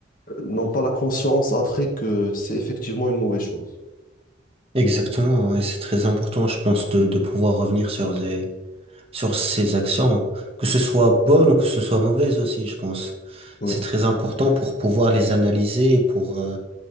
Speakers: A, on the left; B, on the right.
A: n'ont pas la conscience après que c'est effectivement une mauvaise chose.
B: exactement. ouais, c'est très important, je pense, de, de pouvoir revenir sur des sur ses actions, que ce soit bonne ou que ce soit mauvaise aussi, je pense.
A: Oui,
B: C'est très important pour pouvoir les analyser, et pour euh,